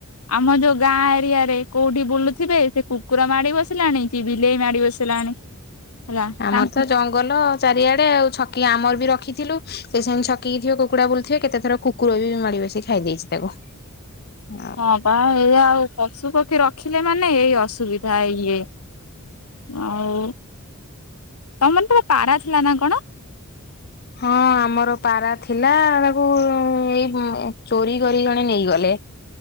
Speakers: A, on the left; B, on the left.
A: ଆମ ଯୋଉ ଗାଁ ଏରିଆରେ କୋଉଠି ବୁଲୁଥିବେ। ସେ କୁକୁର ମାଡି ବସିଲାଣି କି ବିଲେଇ ମାଡି ବସିଲାଣି। ହେଲା
B: ଆମର
A: ତାଙ୍କୁ
B: ତ ଜଙ୍ଗଲ ଚାରିଆଡେ ଆଉ। ଛକି ଆମର ବି ରଖିଥିଲୁ। ସେ ସେଙ୍ଗ ଛକି ଥିବେ କୁକୁଡା ବୁଲଥିବେ। କେତେ ଥର କୁକୁର ବି ମାଡି ବସିି ଖାଇ ଦେଇଛି ତାକୁ। ଆଉ।
A: ହଁ ବା ଏଇ ଆଉ ପଶୁ ପକ୍ଷୀ ରଖିଲେ ମାନେ ଏଇ ଅସୁବିଧା ଇଏ। ଆଉ ତମ ମ ତ ପାରା ଥିଲା ନା କଣ।
B: ହଁ ଆମର ପାରା ଥିଲା। ତାକୁ ଏଇ ଚୋରି କରି ଜଣେ ନେଇଗଲେ।